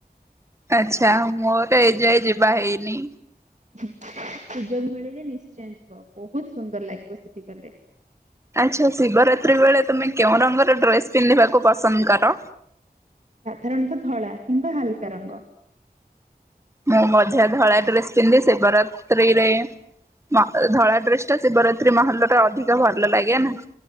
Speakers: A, on the right; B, on the right.
A: ଆଚ୍ଛା ମୋର ଏ ଯାଏ ଯିବା ହେଇନି।
B: <inaudible> ସୁଯୋଗ ମିଳିଲେ ନିଶ୍ଚୟ ଯିବ ବୋହୁତ ସୁନ୍ଦର ଲାଗିବ ସେଠି ଗଲେ।
A: ଆଚ୍ଛା ଶିବରାତ୍ରି ବେଳେ ତୁମେ କେଉଁ ରଙ୍ଗର ଡ୍ରେସ୍ ପିନ୍ଧିବାକୁ ପସନ୍ଦ କର?
B: ସାଧାରଣତଃ ଧଳା କିମ୍ବା ହାଲକା ରଙ୍ଗ।
A: ମୁଁ ମଧ୍ୟ ଧଳା ଡ୍ରେସ ପିନ୍ଧି ଶିବରାତିରେ ମ ଧଳା ଡ୍ରେସଟା ଶିବରାତ୍ରି ମାହୋଲଟା ଅଧିକ ଭଲ ଲାଗେ ନା।